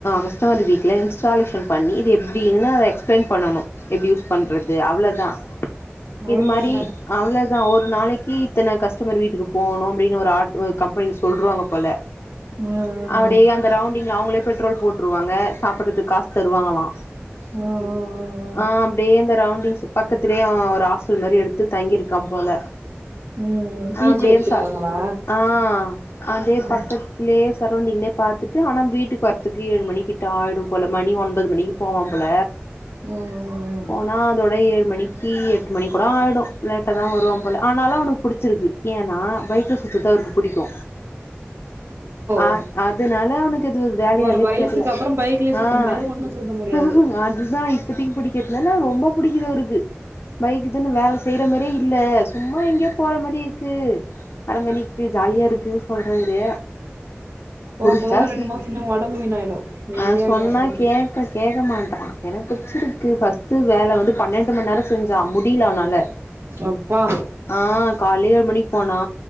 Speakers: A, on the left; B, on the right.
A: கஸ்டமர் வீட்ல இன்ஸ்டாலேஷன் பண்ணி இது எப்டினு எக்ஸ்பிளைன் பண்ணணு எப்டி பண்றது அவ்ளதா
B: அவ்ளோதான
A: இது மாரி அவ்ளதா ஒரு நாளைக்கு இத்தன கஸ்டமர் வீட்டுக்கு போணு அப்டின்னு ஒரு ஆர் ஒரு கம்பனி சொல்ருவாங்க போல
B: ம்
A: அப்டே அந்த ரவுண்டிங்ல அவுங்களே பெட்ரோல் போட் ட்ருவாங்க சாப்டறதுக்கு காசு தருவாங்களா
B: ம் ம் ம் ம்
A: ஆஹ் அப்டே இந்த ரவுண்டிங்ஸ் பக்கத்திலே அவ ஒரு ஹாஸ்டல் மாரி எடுத்து தங்கியிருக்கா போல
B: ம் ம்
A: அஹ்
B: பி
A: அப்டே
B: ஜி எடுத்திருக்காங்களா
A: ச ஆஹ் அதே
B: ம்
A: பக்கத்லே சரவுண்டிங்ல்லே பாத்துட்டு ஆனா வீட்டுக்கு வரத்துக்கு ஏழு மணிக்கிட்ட ஆயிடும் போல மணி ஒன்பது மணிக்கு போவா போல
B: ம் ம் ம்
A: போனா அதோட ஏழு மணிக்கி எட்டு மணி கூட ஆயிடு லேட்டா தா வருவான் போல ஆனாலு அவனுக்கு புடிச்சுருக் ஏனா பைக்க சுத்துது அவருக்கு புடிக்கு அ
B: ஓ
A: அ னால அவனக்கு இது வேலையாவே
B: ஒரு வயசுக்கு
A: தெர்ல
B: அப்புறம் பைக்லயு சுத்த
A: ஆ
B: முடியாது ஒண்ணு சுத்த முடியாது
A: ஹு ஹு அதுதா இப்பத்தைக்கு புடிக்கதுலல ரொம்ப பிடி <unintelligible> அவுருக்கு பைக்கு தான வேல செய்ற மாரியே இல்ல சும்மா எங்கேயோ போற மாரிக்கு வர மாரிக்கு ஜாலியா இருக்கு சொல்றாரு
B: போக
A: புடிச்சா
B: போக
A: ஸ்
B: ரெண்டு மாசம் இன்னு ஒடம்பு வீணாயிடு வெள்ளையாயிடுவா
A: ஆ சொன்னா
B: தம்பி
A: கேக்க கேக்க மாட் தமா எனக்கு புடிச்சிருக்கு பஸ்டு வேல வந்து பன்னெண்டு ம நேர செஞ்சா முடியல அவனால
B: அப்பா
A: ஆ காலே ஏழு மணிக்கு போனா